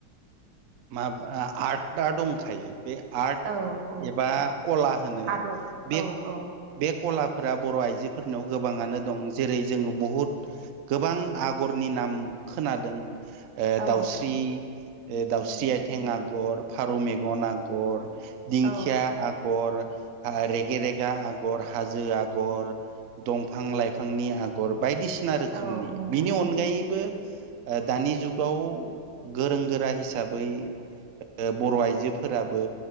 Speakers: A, on the right; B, on the right.
A: माबा आर्टआ दंखायो बे आर्ट
B: औ औ
A: एबा कला होनो
B: आदब
A: बे
B: औ औ
A: बे कलाफोरा बर आइजोफोरनियाव गोबाङनो दं जेरै जोङो बुहुद गोबां आगरनि ना नाम खोनादों ओ
B: औ
A: दाउस्रि दाउस्रि आथिं आगर फारौ मेगन आगर दिंखिया
B: औ
A: आगर रेगेरेगा आगर हाजो आगर दंफां लाइफांनि आगर बायदिसिना रोखोमनि
B: औ नोंथां
A: बिनि अनगायैबो ओ दानि जुगाव गोरों गोरा हिसाबै हिसाबै बर आइजोफोराबो